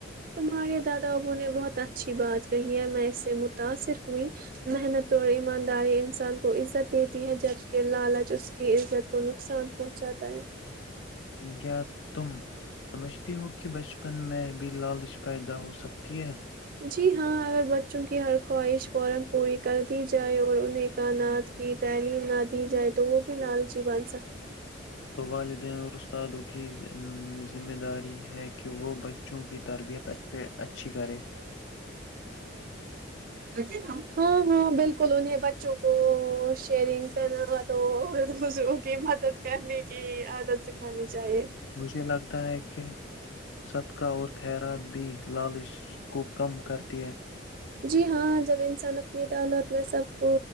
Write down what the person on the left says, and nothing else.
کیا تم سمجھتی ہو کہ بچپن میں بھی لالچ پیدا ہو سکتی ہے
توبال د اورستا دو کہ ذمہ داری ہے کہ کہ وہ بچوں کی تربیت سے اچھی کرے
مجھے لگتا ہے کہ صدقہ اور خیرات بھی لالچ کو کم کرتی ہیں